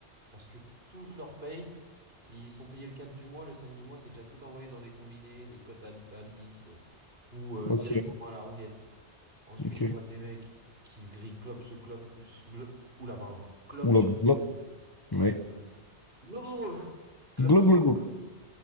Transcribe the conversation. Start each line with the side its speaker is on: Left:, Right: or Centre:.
Right: Parce que toute leur paye, ils sont payés le 4 du mois, le 5 du mois, c'est déjà tout envoyé dans des combinés, des cotes à, à 10 euh, ou euh,
Left: Ok,
Right: directement à la roulette. Ensuite,
Left: ok.
Right: je vois des mecs qui se grillent clope sous clope... euh, su- glo- Oula, pardon. Clope
Left: Oula,
Right: sur
Left: glock. Ouais.
Right: clope. Club
Left: Glock,
Right: sur
Left: glock, glock.
Right: club.